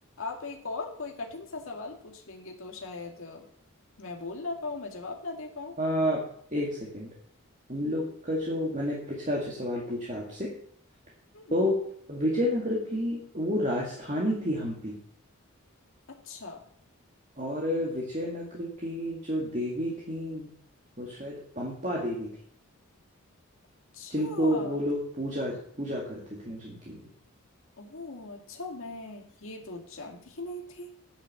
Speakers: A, on the left (about 60°); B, on the right (about 35°).
A: आप एक और कोई कठिन सा सवाल पूछ लेंगे तो शायद अ, मैं बोल ना पाऊँ मैं जवाब ना दे पाऊँ
B: आ, एक सेकंड हम लोग का जो मैंने पिछला जो सवाल पूछा आपसे
A: हम्म
B: तो विजयनगर की वो राजधानी थी हम्पी
A: अच्छा
B: और विजयनगर की जो देवी थी वो शायद पंपा देवी थी
A: अच्छा
B: जिनको वो लोग पूजा पूजा करते थे जिनकी
A: ओह अच्छा मैं ये तो जानती ही नहीं थी